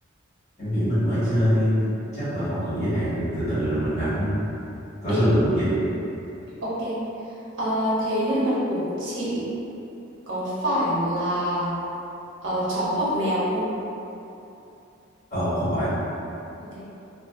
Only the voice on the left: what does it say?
em nghĩ mình mới chơi chắc là không cần giới hạn thì từ từ rồi mình hẳn có
số lượng giới hạn
ờ không phải